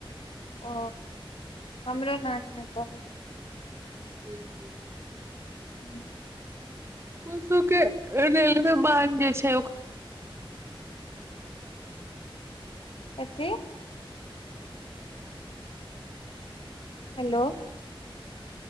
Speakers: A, on the left; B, on the right.
A: ओ हमरो नानी ओतअ
B: <inaudible>
A: <inaudible>
B: <inaudible> के रेलवे बान्ध जे छै‌ ओक
A: कथी हेलो